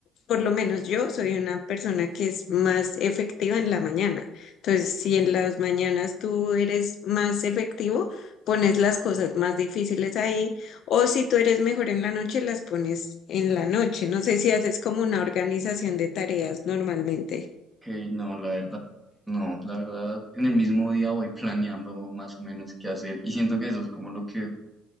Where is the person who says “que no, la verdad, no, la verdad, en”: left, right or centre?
Centre